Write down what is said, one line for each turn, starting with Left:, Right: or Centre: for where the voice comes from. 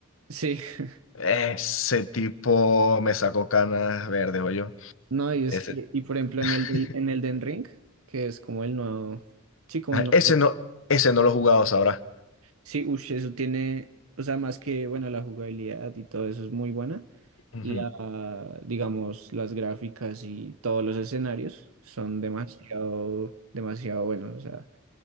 Right: Sí, <laughs>
Left: Ese tipo me sacó canas verdes, yo
Right: no, y es
Left: Ese,
Right: que, y
Left: <laughs>
Right: por ejemplo en el, del- en el Den Ring, que es como el nuevo, sí, como el nuevo,
Left: ese no, ese no lo he jugado, sabrá.
Right: Sí, ush, eso tiene, o sea, más que, bueno, la jugabilidad y todo eso es muy buena.
Left: Ujú.
Right: La, digamos, las gráficas y todos los escenarios son demasiado, demasiado buenos. O sea,